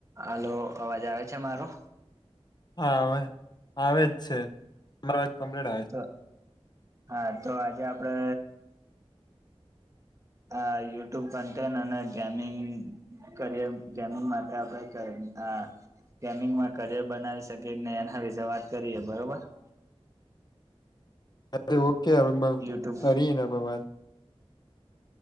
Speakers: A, on the right; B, on the left.
A: હાલો અવાજ આવે છે મારો
B: હા આવે આવે જ છે અરા વાત કમ્પ્લીટ આવે
A: તો
B: છે.
A: હા તો આજે આપડે. હ યુટ્યુબ બનને અને ગેમિંગ કરિય ગેમિંગ માટે આપડે કરી. આ. ગમિંગમાં કરિયર બનાવી શકી કે ને એના વિશેે વાત કરીએ બરોબર.
B: અરે ઓકે અબ
A: યુટ્યુબ
B: અરી ન ભવાદ.